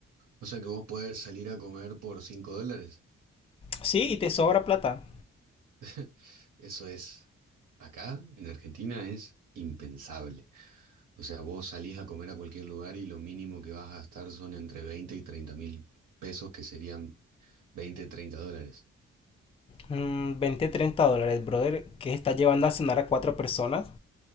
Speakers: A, on the right; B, on the left.
A: O sea que vos podés salir a comer por 5 dólares.
B: Sí, y te sobra plata.
A: <laughs> Eso es, acá en Argentina es impensable. O sea, vos salís a comer a cualquier lugar y lo mínimo que vas a gastar son entre veinte y treinta mil pesos, que serían 20 30 dólares.
B: Mm, 20, 30 dólares, brother, que estás llevando a cenar a cuatro personas.